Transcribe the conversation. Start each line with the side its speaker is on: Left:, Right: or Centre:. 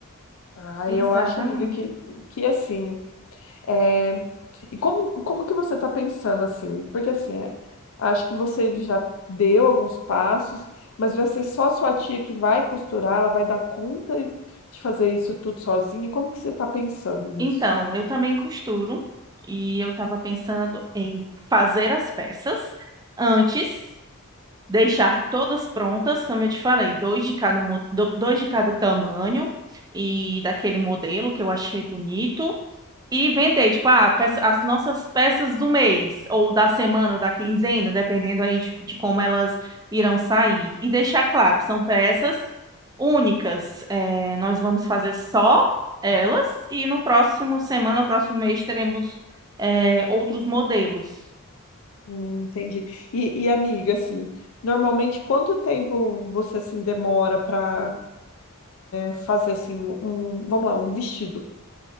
Left: Ah,
Right: exatamente.
Left: eu acho, amiga, que, que assim É, e como, como que você está pensando assim? Porque assim, é, acho que você já deu alguns passos, mas vai ser só a sua tia que vai costurar, ela vai dar conta de fazer isso tudo sozinha. Como que você está pensando nisso?
Right: Então, eu também costuro e eu estava pensando em fazer as peças antes deixar todas prontas, como eu te falei, dois de cada, mo- do- dois de cada tamanho e daquele modelo que eu achei bonito. E vender, tipo, ah, peça- as nossas peças do mês, ou da semana, ou da quinzena, dependendo aí de, de como elas irão sair. E deixar claro, são peças únicas. É, nós vamos fazer só elas, e no próximo semana, próximo mês, teremos, é, outros modelos.
Left: Hum, entendi. E, e, amiga, assim, normalmente quanto tempo você assim demora para fazer assim um, vamos lá, um vestido?